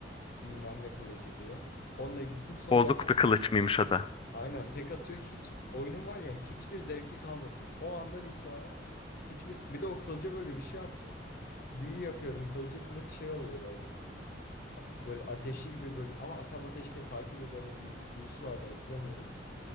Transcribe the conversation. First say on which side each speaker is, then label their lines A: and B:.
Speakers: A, on the left (about 55°); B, on the left (about 30°).
A: Bilmem ne kılıcı diye. Onunla gittim. Sonra
B: Bozuk
A: zaten
B: bir kılıç mıymış o da?
A: aynen tek atıyor. Hiç oyunun var ya hiçbir zevki kalmadı. O andan itibaren hiçbir bir de o kılıca böyle bir şey yaptım. Büyü yapıyorum. Kılıcı kılıç şey oluyor böyle böyle ateşi gibi böyle ama tam ateş değil farklı bir böyle büyü- büyüsü vardı hatırlamıyorum.